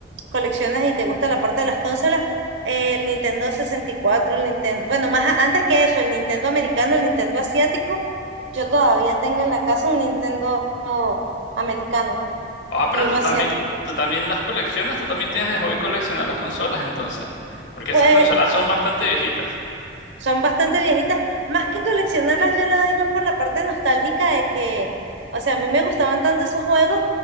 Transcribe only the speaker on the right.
coleccionas y te gusta la parte de las consolas, el Nintendo sesenta y cuatro el Nintendo, bueno, más a- antes que eso, el Nintendo americano, el Nintendo asiático, yo todavía tengo en la casa un Nintendo americano
y
uno
asiático.
Pues
Son bastante viejitas. Más que coleccionarlas, yo lo digo por la parte nostálgica de que, o sea, a mí me gustaban tanto esos juegos